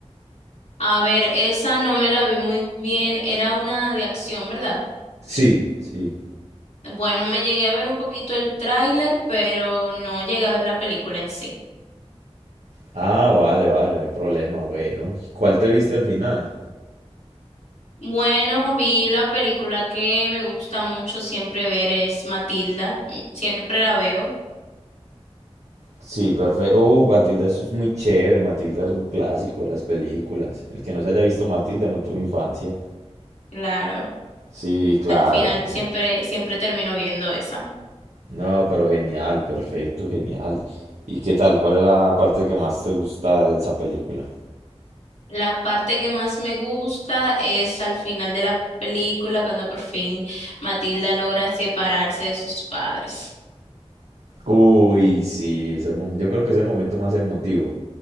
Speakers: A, on the left; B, on the right.
A: A ver, esa no me la vi muy bien, era una de acción, ¿verdad?
B: Sí, sí.
A: Bueno, me llegué a ver un poquito el tráiler, pero no llegué a ver la película en sí.
B: Ah, vale, vale, no hay problema, bueno. ¿Y cuál te viste al final?
A: Bueno, vi la película que me gusta mucho siempre ver es Matilda, mm, siempre la veo,
B: Sí, perfecto. Uh, Matilda eso es muy chévere. Matilda es un clásico de las películas. El que no se haya visto Matilda no tuvo infancia.
A: claro,
B: Sí, claro.
A: al final siempre, siempre termino viendo esa.
B: No, pero genial, perfecto, genial. ¿Y qué tal? ¿Cuál es la parte que más te gusta de esa película?
A: La parte que más me gusta es al final de la película, cuando por fin Matilda logra separarse de sus padres.
B: Uy, sí, ese mom- yo creo que es el momento más emotivo.